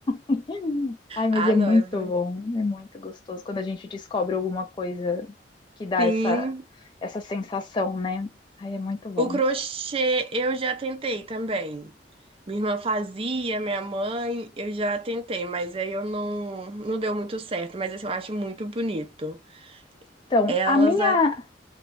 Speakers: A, on the left; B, on the right.
A: <laughs> Ai, mas
B: Ah,
A: é
B: não,
A: muito
B: é bom.
A: bom, é muito gostoso quando a gente descobre alguma coisa que dá
B: Sim.
A: essa, essa sensação, né? Ai, é muito bom.
B: O crochê eu já tentei também. Minha irmã fazia, minha mãe, eu já tentei, mas aí eu não, não deu muito certo. Mas assim, eu acho muito bonito.
A: Então,
B: Elas.
A: a minha,
B: A...